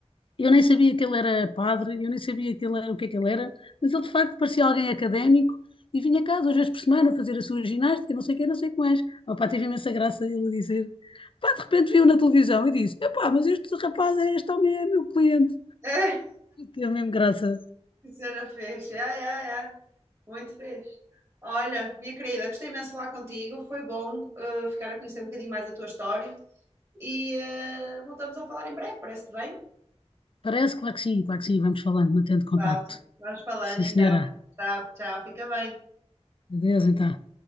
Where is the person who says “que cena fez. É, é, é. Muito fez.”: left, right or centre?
Right